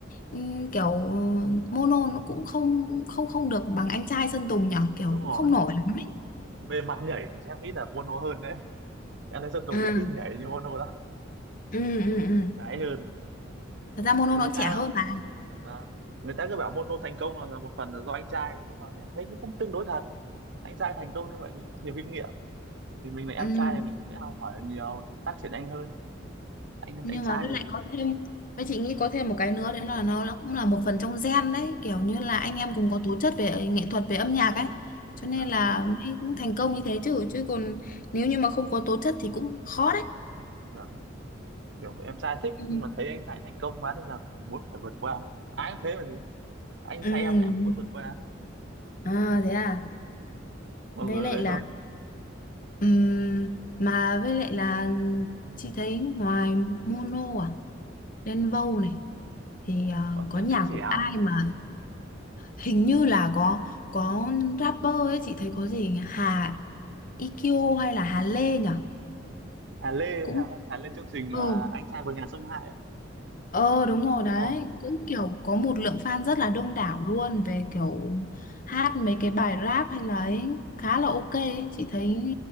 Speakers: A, on the left; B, on the right.
A: ừm, kiểu ừ, mono nó cũng không không không được bằng anh trai Sơn Tùng nhở kiểu
B: đúng rồi
A: cũng không nổi lắm ấy.
B: về mặt nhảy thì em nghĩ là Bono hơn đấy <laughs> Anderson Tùng
A: ừ
B: ít khi nhảy như Bono lắm
A: ừ ừ
B: Bono
A: ừ
B: nhảy trái hơn
A: Thật ra mono
B: anh
A: nó
B: người
A: trẻ
B: ta
A: hơn mà
B: à, người ta cứ bảo Bono thành công là là một phần là do anh trai nhưng mà em thấy nó cũng tương đối thật anh trai thành công như vậy thì có nhiều kinh nghiệm thì mình là em
A: Ừ.
B: trai thì mình cũng sẽ học hỏi nhiều phát triển nhanh hơn anh
A: nhưng
B: anh trai
A: mà với
B: thì
A: lại có thêm với chị nghĩ có thêm một cái nữa đấy là nó nó cũng là một phần trong gen đấy kiểu như là
B: mà,
A: anh em cùng có tố chất về nghệ thuật về âm nhạc ấy cho nên
B: mà,
A: là mới cũng thành công như thế chứ chứ còn nếu như mà không có tố chất thì cũng khó đấy
B: mà, kiểu em trai thích
A: ừ.
B: nhưng mà thấy anh trai thành công quá nên là phải muốn phải vượt qua ai cũng thế mà gì anh
A: Ừ.
B: trai em thì em cũng muốn vượt qua
A: À, thế à
B: mọi
A: với
B: người
A: lại
B: đấy
A: là
B: thôi
A: ừm, mà với lại là chị thấy ngoài mono à Đen Vâu này thì à,
B: con
A: có
B: nhạc
A: nhạc
B: sẽ trẻ
A: của ai
B: không
A: mà hình như là có có rapper ấy chị thấy có gì nhỉ? Hà IQ hay là Hà Lê nhỉ
B: Hà Lê hay
A: cũng
B: sao Hà Lê chương trình
A: ừ
B: ờ, anh trai vượt ngàn sông Hai à?
A: ờ đúng rồi
B: đúng
A: đấy
B: rồi
A: cũng kiểu có một lượng fan rất là đông đảo luôn về kiểu hát mấy
B: ừ.
A: cái bài rap hay là ấy khá là ok ấy. Chị thấy